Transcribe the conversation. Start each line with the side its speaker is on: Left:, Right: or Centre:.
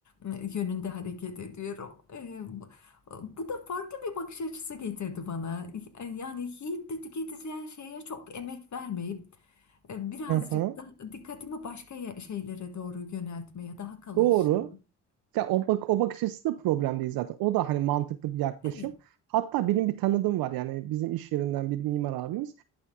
Left: e, yönünde hareket ediyorum. E, bu da farklı bir bakış açısı getirdi bana. Yani yiyip de tüketeceğin şeye çok emek vermeyip e, birazcık
Right: Hı hı.
Left: da dikkatimi başka ye- şeylere doğru yöneltmeye, daha kalıcı
Right: Doğru.
Left: şey.
Right: Ya o, bak o bakış açısı da problem değil zaten. O da hani mantıklı bir yaklaşım.
Left: Evet,
Right: Hatta benim bir tanıdığım var yani bizim iş yerinden bir mimar abimiz.